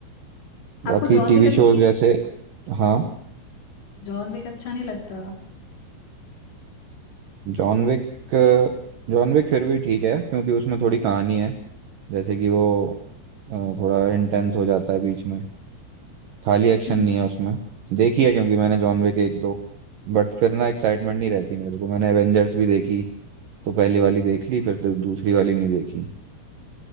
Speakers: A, on the right; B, on the left.
A: बाकी
B: आपको जॉन
A: टीवी
B: विक अच्छा
A: शोज
B: नहीं
A: जैसे
B: लगता
A: हाँ
B: जॉन विक अच्छा नहीं लगता
A: John Wick जॉन विक फिर भी ठीक है क्योंकि उसमें थोड़ी कहानी है जैसे कि वो अ, थोड़ा इंटेंस हो जाता है बीच में खाली एक्शन
B: हम्म।
A: नहीं है उसमें देखी है क्योंकि मैंने जॉन विक एक दो बट फिर ना एक्साइटमेंट नहीं रहती मेरे को मैंने एवेंजर्स भी देखी तो पहली वाली देख ली फिर दू- दूसरी वाली नहीं देखी